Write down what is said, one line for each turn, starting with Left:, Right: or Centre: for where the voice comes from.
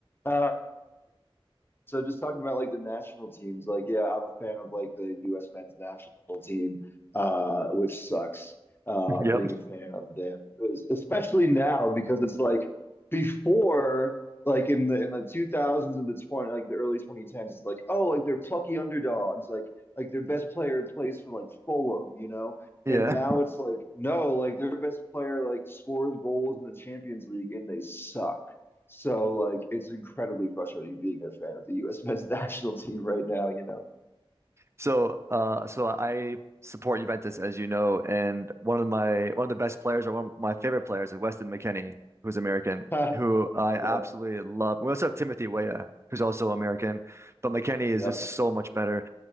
Left: Uh, so just talking about like the national teams, like yeah, I'm a fan of like the U.S. men's national team, uh, which sucks. Uh,
Right: Yep.
Left: being a fan of them, especially now because it's like before, like in the in the 2000s and the 20 like the early 2010s, it's like oh, like they're plucky underdogs, like like their best player plays for like Fulham, you know.
Right: Yeah.
Left: And now it's like no, like their best player like scores goals in the Champions League and they suck. So like it's incredibly frustrating being a fan of the US <laughs> men's national team right now, you know.
Right: So, uh, so I support Juventus, as you know, and one of my one of the best players, or one of my favorite players, is Weston McKennie, who's American,
Left: <laughs>
Right: who I absolutely
Left: Yep,
Right: love. We also have Timothy Weah, who's also American, but McKennie is
Left: yep.
Right: just so much better.